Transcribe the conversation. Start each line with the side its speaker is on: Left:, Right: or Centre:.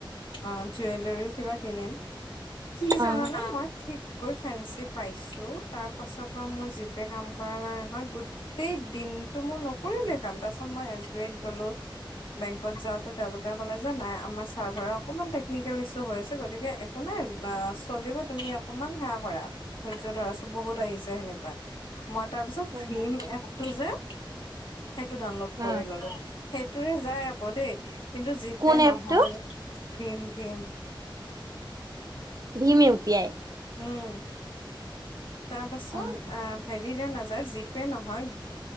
Left: অ জুৱেলৰীও কিবা কিনিম কি
Right: উম
Left: জানানে মই ঠিক কৈ ফেঞ্চি পাইছো তাৰ পাছৰ পৰা মোৰ জিপে কাম কৰা নাই নহয়ো গোটেই দিনটো মোৰ নকৰিলেই কাম তাৰ পিছত মই এচ বি আইত গলো। বেংকত যাওঁতে তেওঁলোকে কলে যে। নাই আমাৰ চাৰ্ভাৰৰ অকনমান টেকনিকেল ইছো হৈ আছে গতিকে একো নাই চলিব তুমি অকমান সেৱা কৰা ধৈৰ্য ধৰা চ বহুত আহিছে সেনেকুৱা মই তাৰ পিছত
Right: উম
Left: ফেম এপটো যে সেইটো ডাউনলোড
Right: উম
Left: কৰি ললো। সেইটোৰে যায় আকৌ দেই কিন্তু জি
Right: কোন
Left: পে নহয়
Right: এপটো
Left: ভীম ভীম।
Right: ভীম উ পি আই।
Left: উম। তাৰপাছত
Right: উম
Left: আহ। হেৰি ন নাযায় জিপে নহয়